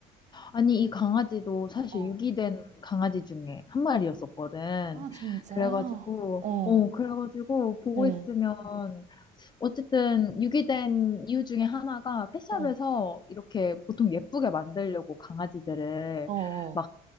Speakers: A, on the left; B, on the right.
A: 아니, 이 강아지도 사실
B: 어.
A: 유기된 강아지 중에 한 마리였었거든.
B: 아, 진짜?
A: 그래가지고,
B: 어.
A: 어, 그래가지고 보고
B: 응.
A: 있으면, 어쨌든 유기된 이유 중에 하나가 펫샵에서
B: 어.
A: 이렇게 보통 예쁘게 만들려고 강아지들을
B: 어. 어.
A: 막